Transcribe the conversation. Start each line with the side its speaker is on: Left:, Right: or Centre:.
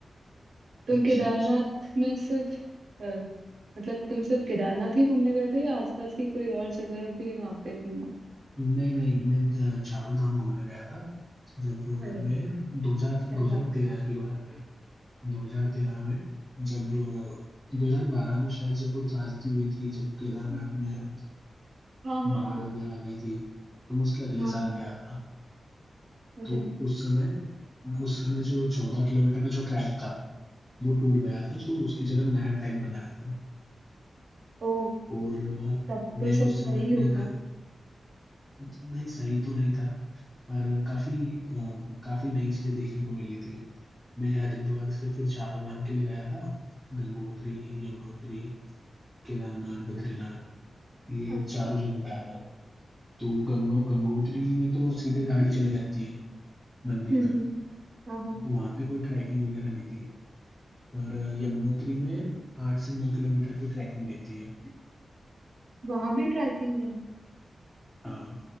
Right: तुम
Centre: अच्छा
Right: केदारनाथ
Centre: अच्छा
Right: में सिर्फ अ, मतलब तुम सिर्फ केदारनाथ ही घूमने गए थे या आसपास की कोई और जगह भी वहां पे घूमा
Centre: नहीं नहीं मैं अ, चारों धाम घूमने गया था जब अ,
Right: अरे
Centre: मैं 2000 2013
Right: क्या
Centre: की बात है 2013 में जब अ, 2012 में शायद जब वो त्रासदी हुई थी जब केदारनाथ में
Right: हाँ हाँ
Centre: बाढ़
Right: हाँ
Centre: वगैरह आ गई थी तो मैं उसके अगले
Right: हाँ
Centre: साल
Right: हाँ
Centre: गया था
Right: अरे
Centre: तो उस समय उस समय जो चौदह किलोमीटर का जो ट्रैक था वो टूट गया था तो उसकी जगह नया ट्रैक बनाया था
Right: ओ
Centre: और
Right: तब तो
Centre: मैं
Right: सब
Centre: उस समय
Right: सही
Centre: अपने
Right: होगा
Centre: घर नहीं सही तो नहीं था पर काफी अ, काफी नई चीजें देखने को मिली थी मैं हरिद्वार से फिर चारों धाम के लिए गया था गंगोत्री यमुनोत्री केदारनाथ बद्रीनाथ ये
Right: अच्छा
Centre: चारों जगह गया था तो गंगो
Right: हम्म
Centre: गंगोत्री में तो सीधे गाड़ी चले जाती है मंदिर
Right: हम्म
Centre: तक
Right: हाँ हाँ
Centre: तो वहां पे कोई ट्रैकिंग वगैरह नहीं थी पर यमुनोत्री में आठ से नौ किलोमीटर की ट्रैकिंग रहती है
Right: वहां भी ट्रैकिंग है
Centre: हाँ